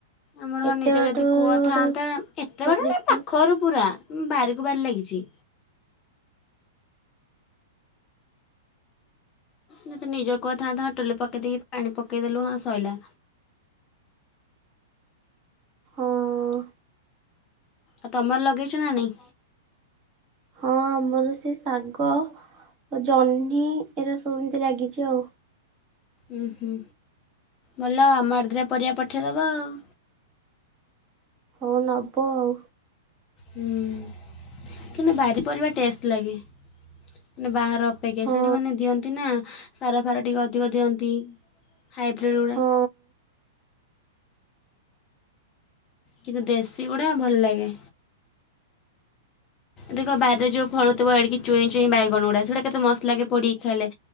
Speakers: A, on the left (about 30°); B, on the right (about 30°).
A: ଆମର ହଁ
B: ଏତେ
A: ନିଜର
B: ବାଟ
A: ଯଦି କୁଅ
B: ଗୋଟେ
A: ଥାଆନ୍ତା। ଏତେ
B: ଖୋଜିକି
A: ବାଟ ନାଇଁ ପାଖରୁ ପୁରା ବାରିକୁ ବାରି ଲାଗିଛି। ଯଦି ନିଜ କୂଅ ଥାନ୍ତା ହଁଟୁଲୁ ପକେଇ ଦେଇକି ପାଣି ପକେଇଦେଲୁ ହଁ ଶଇଲା।
B: ହଁ ଅ।
A: ଆଉ ତମର ଲଗେଇଛ ନା ନାଇଁ?
B: ହଁ ଆମର ସେ ଶାଗ ଜହ୍ନି ଏରା ସବୁ ଏମିତି ଲାଗିଚି ଆଉ।
A: ଉଁ ହୁଁ ଭଲ ଆମ ଆଡ଼େଦିଟା ପରିବା ପଠେଇଦବ ଆଉ।
B: ହଉ ନବ ଆଉ।
A: ହୁଁ କିନ୍ତୁ ବାରି ପରିବା ଟେଷ୍ଟ ଲାଗେ। ମାନେ ବାହାର ଅପେକ୍ଷା
B: ହଁ
A: ସେଠି ମାନେ ଦିଅନ୍ତି ନା ସାରା ଫାର ଟିକିଏ ଅଧିକ ଦିଅନ୍ତି। ହାଇବ୍ରିଡ ଗୁଡା।
B: ହଁ
A: କିନ୍ତୁ ଦେଶୀ ଗୁଡା ଭଲ ଲାଗେ। ଦେଖ ବାରିରେ ଯେଉଁ ଫଳୁଥିବ ଏଡିକି ଚୁଇଁ ଚୁଇଁ ବାଇଗଣ ଗୁଡା ସେଗୁଡା କେତେ ମସ୍ତ ଲାଗେ ପୋଡିକି ଖାଇଲେ।